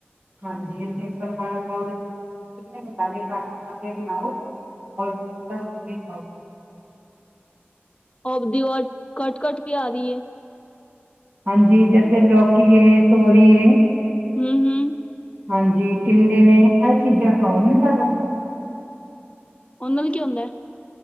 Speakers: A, on the right; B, on the left.
A: ਹਾਂਜੀ, ਸਿੰਪਲ ਖਾਓ ਤੇ ਮਸਾਲੇ ਘੱਟ ਪਾ ਕੇ ਬਣਾਓ। <inaudible>
B: ਆਪ ਦੀ ਆਵਾਜ਼ ਕੱਟ ਕਟ ਆ ਰੀਏ।
A: ਹਾਂਜੀ, ਜੈਸੇ ਲਕੀਏ ਤੋਰੀਏ
B: ਹਂ, ਹਂ
A: ਹਾਂਜੀ ਟਿੰਡੇ ਨੇਂ ਇਹ ਚੀਜ਼ਾਂ ਖਾਓ ਨਾਂ ਜ਼ਿਆਦਾ।
B: ਉਹ ਨਾਲ ਕੀ ਹੁੰਦਾ ਐ।